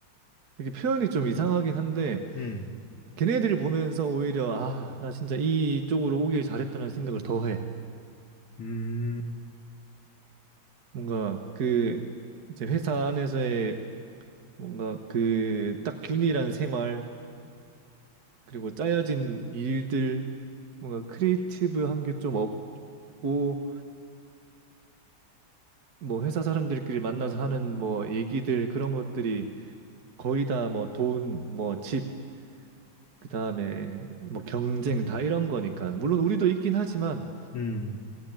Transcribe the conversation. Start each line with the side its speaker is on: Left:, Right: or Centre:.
Right: 이렇게 표현이 좀 이상하긴 한데,
Left: 음,
Right: 걔네들을 보면서 오히려, 아, 나 진짜 이쪽으로 오길 잘했다는 생각을 더 해.
Left: 음,
Right: 뭔가, 그, 이제 회사 안에서의 뭔가 그 딱 균일한 생활 그리고 짜여진 일들 뭔가 크리에이티브한 게 좀 없고 뭐 회사 사람들끼리 만나서 하는 뭐 얘기들 그런 것들이 거의 다 뭐 돈, 뭐 집, 그다음에 뭐 경쟁 다 이런 거니까 물론 우리도 있긴 하지만
Left: 음,